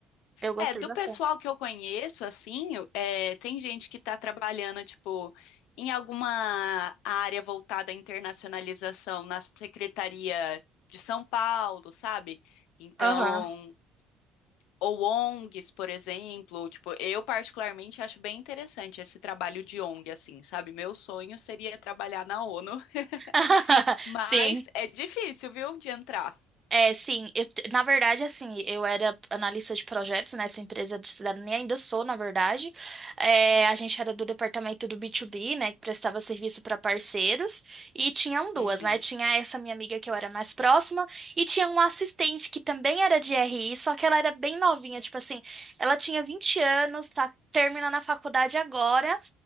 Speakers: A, on the right; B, on the left.
A: Eu gostei
B: É, do
A: bastante.
B: pessoal que eu conheço, assim, eu- é, tem gente que tá trabalhando, tipo, em alguma área voltada à internacionalização na Secretaria de São Paulo, sabe? Então,
A: Aham.
B: Ou ONGs, por exemplo, tipo, eu particularmente acho bem interessante esse trabalho de ONG, assim, sabe? Meu sonho seria trabalhar na ONU,
A: <laughs>
B: <laughs> mas
A: Sim.
B: é difícil, viu, de entrar.
A: É, sim, eu- na verdade, assim, eu era analista de projetos nessa empresa de cidadania, ainda sou, na verdade. É, a gente era do departamento do B2B, né, que prestava serviço para parceiros, e tinham duas,
B: Uhum.
A: né? Tinha essa minha amiga que eu era mais próxima, e tinha uma assistente que também era de RI, só que ela era bem novinha, tipo assim, ela tinha 20 anos, tá terminando a faculdade agora,